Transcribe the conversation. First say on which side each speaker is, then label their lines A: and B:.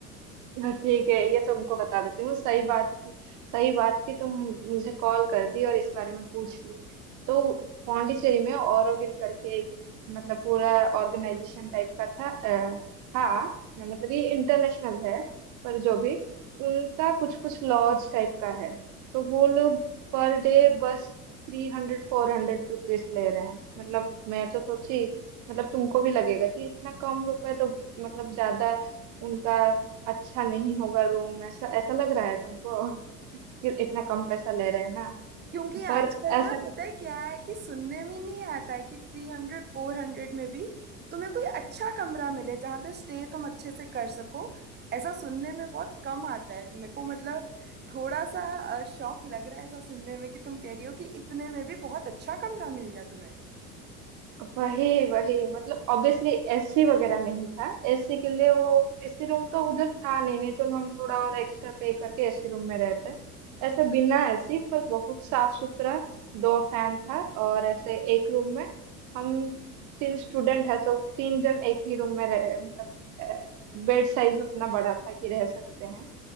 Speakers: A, on the right (about 40°); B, on the right (about 20°).
A: हाँ, ठीक है ये तुमको बता देती हूँ सही बात की सही बात की तुम मुझे कॉल कर दी और इस बारे में पूछ ली तो पौंडीचेरी में ऑरोविल करके एक मतलब पूरा ऑर्गेनाइजेशन टाइप का था अ, था मतलब ये इंटरनेशनल है पर जो भी उनका कुछ कुछ लॉज टाइप का है तो वो लोग पर डे बस थ्री हंड्रेड फोर हंड्रेड रुपीज ले रहे हैं मतलब मैं तो सोची मतलब तुमको भी लगेगा कि इतना कम रुपए तो मतलब ज्यादा उनका अच्छा नहीं होगा रूम ऐसा ऐसा लग रहा है तुमको कि इतना कम पैसा ले रहे हैं ना
B: क्योंकि
A: पर
B: आजकल
A: ऐसा
B: ना
A: तो,
B: पता है क्या है कि सुनने में नहीं आता है कि थ्री हंड्रेड फोर हंड्रेड में भी तुम्हें कोई अच्छा कमरा मिले जहाँ पे स्टे तुम अच्छे से कर सको ऐसा सुनने में बहुत कम आता है मेरे को मतलब थोड़ा सा अ, शौक लग रहा है ऐसा सुनने में कि तुम कह रही हो कि इतने में भी बहुत अच्छा कमरा मिल गया तुम्हें
A: वही वही मतलब ऑब्वियसली एसी वगैरह नहीं था एसी के लिए वो एसी रूम तो उधर था नहीं नहीं तो हम थोड़ा और एक्स्ट्रा पे करके एसी रूम में रहते ऐसा बिना एसी पर बहुत साफ सुथरा दो फैन था और ऐसे एक रूम में हम तीन स्टूडेंट है तो तीन जन एक ही रूम में रह मतलब बेड साइज उतना बड़ा था कि रह सकते हैं